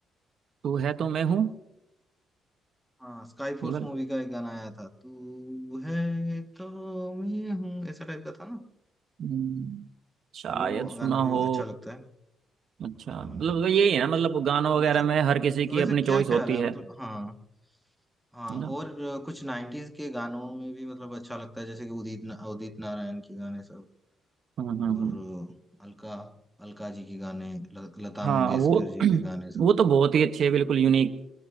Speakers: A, on the right; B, in the centre.
A: तू है तो मैं हूँ
B: हाँ स्काई फोर्स
A: ये वाला?
B: मूवी का एक गाना आया था तू है तो मैं हूँ ऐसा टाइप का था ना
A: हम्म, शायद
B: वो
A: सुना
B: गाना भी
A: हो
B: अच्छा लगता है
A: अच्छा
B: हाँ
A: मतलब यही है ना मतलब गानों वगैरह
B: वैसे
A: में हर किसी की
B: वैसे
A: अपनी
B: क्या
A: चॉइस
B: ख्याल
A: होती
B: है
A: है
B: मतलब
A: है
B: हाँ हाँ
A: ना
B: और अ, कुछ नाइन्टीज के गानों में भी मतलब अच्छा लगता है जैसे कि उदित ना, उदित नारायण के गाने सब
A: हम्म
B: और
A: हम्म हम्म
B: अ, अलका अलका जी के गाने ल, लता
A: हाँ
B: मंगेशकर
A: वो
B: जी
A: <clears throat>
B: के गाने सब
A: वो तो बहुत ही अच्छे बिल्कुल यूनिक